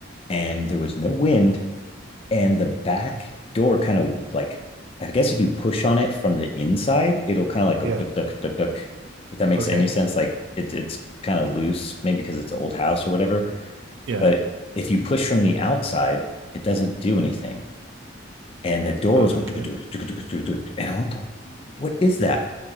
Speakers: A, on the left; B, on the right.
A: and there was no wind and the back door kind of like I guess if you push on it from the inside, it'll kind of like go
B: Yeah.
A: duck duck duck duck. If that makes
B: Okay.
A: any sense, like it's it's kind of loose, maybe because it's an old house or whatever.
B: Yeah.
A: But if you push from the outside, it doesn't do anything. And the door
B: Okay.
A: was going duck duck duck duck duck duck. And I went, what the what is that?